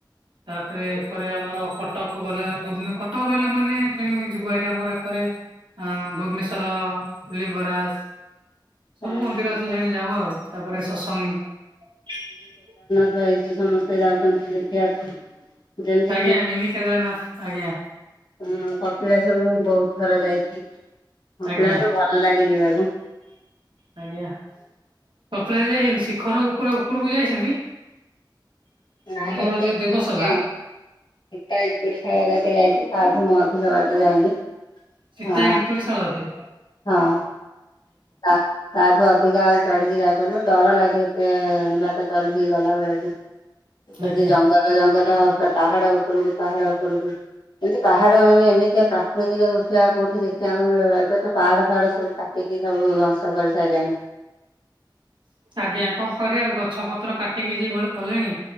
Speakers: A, on the right (about 80°); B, on the left (about 70°).
A: ତାପରେ ଏକରେ ଆମର କଟକ ଗଲା ଭୁବ୍ କଟକ ରହିଲା ମାନେ ଫେଣି ଯିବୁ ହାରି ଆମର ଏକରେ। ଅ ଭୁବନେଶ୍ଵର, ଲିଙ୍ଗରାଜ। ସବୁ
B: ଏବେ
A: ମନ୍ଦିର ଅଛି ସେଣେ ଯାଉ ଆଉ ତାପରେ ସତ୍ସଙ୍ଗ।
B: ତ ଏଇଠି ସମସ୍ତେ ଯାଉଛନ୍ତି ଦେଖିବାକୁ। ଯେମିତି
A: ଆଜ୍ଞା ମିନି କେଦାରନାଥ ଆଜ୍ଞା।
B: ହୁଁ କପିଳାସ ମୁ ବହୁତ ଥର ଯାଇଛି କପିଳାସ
A: ଆଜ୍ଞା
B: ଭଲ ଲାଗେ ଯିବାକୁ।
A: କପିଳାସ ଯାଇଛନ୍ତି ଶିଖର ଉପର ପୁରା ଉପରକୁ ଯାଇଛନ୍ତି।
B: ନାଇଁ
A: ଆମର
B: ଏତେ
A: ଯୋଉ
B: ଉଚାକୁ
A: ଦେବସଭା
B: ଯାଇନୁ। ଏକା ଏନ୍ତୁଡ଼ି ସାଳ ଯାକେ ଯାଇଛି ତାଠୁ ମୁଁ ଅଧିକ ବାଟ ଯାଇନି।
A: ସୀତା
B: ଆ
A: ଏନ୍ତୁଡି ଶାଳ ଅକେ
B: ହଁ। ତା ତାଠୁ ଅଧିକା ଆଉ ଚଢିକି ଯାଇପାରୁନି ଡର ଲାଗେ ଏତେ ବାଟ ଚଢିକି ଗଲା ବେଳକୁ। ସେମତି
A: ଆଜ୍ଞା।
B: ଜଙ୍ଗଲ ଜଙ୍ଗଲ ପୁରା ପାହାଡ ଉପରକୁ ପାହାଡ ଉପରକୁ ଏମତି ପାହା ମାନେ ଏମିତିଆ ପ୍ରାକୃତିକ ଦୃଶ୍ୟ ଆଉ କୋଉଠି ଦେଖିବାକୁ ମିଳିବ ଏବେ ତ ପାହାଡ ଫାଡ ସବୁ କାଟିକି ସବୁ ଧ୍ୱଂସ କରି ସାରିଲାଣି।
A: ଆଜ୍ଞା କଣ କରିବା ଆଉ ଗଛ ପତ୍ର କାଟିକି ଯି ବଳ କଲେଣି